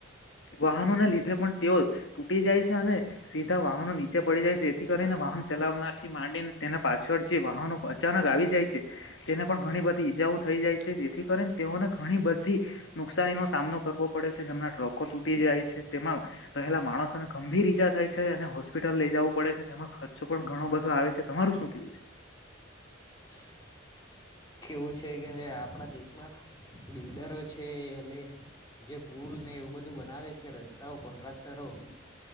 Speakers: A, on the left; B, on the left.
A: વાહનોને લીધે પણ તેઓ તૂટી જાય છે અને સીધા વાહનો નીચે પડી જાય છે જેથી કરીને વાહન ચલાવનાર થી માંડીને તેને પાછળ જે વાહનો અચાનક આવી જાય છે તેને પણ ઘણી બધી ઈજાઓ થઈ જાય છે જેથી કરીને તેઓને ઘણી બધી નુકસાની નો સામનો કરવો પડે છે જેમના ટ્રકો તૂટી છે તેમાં રહેલા માણસોને ગંભીર ઈજા થાય છે અને હોસ્પિટલ લઈ જવું પડે છે તેમાં ખર્ચો પણ ઘણો બધો આવે છે તમારું શું કેવું છે
B: <inaudible> કેવું છે કે આપડા દેશમાં બિલ્ડરો છે અ જે પુલ ને એવું બધું બનાવે છે રસ્તાઓ કોન્ટ્રાક્ટરો